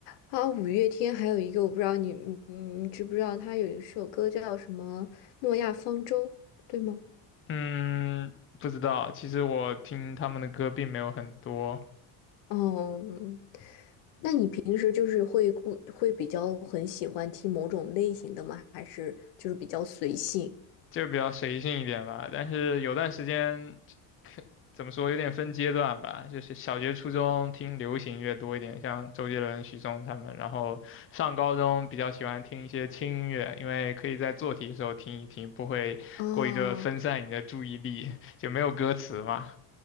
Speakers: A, on the left; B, on the left.
A: 啊，五月天还有一个我不知道你嗯知不知道，他有一首歌叫什么《诺亚方舟》，对吗？
B: 嗯，不知道。其实我听他们的歌并没有很多，
A: 哦嗯，平时就是会固会比较很喜欢听某种类型的吗？还是就是比较随性？
B: 就比较随性一点吧。但是有段时间，可怎么说，有点分阶段吧。就是小学、初中听流行乐多一点，像周杰伦、许嵩他们。然后上高中比较喜欢听一些轻音乐，因为可以在做题的时候听一听，不会过于的分散你的注意力，
A: 啊，
B: 就没有歌词嘛。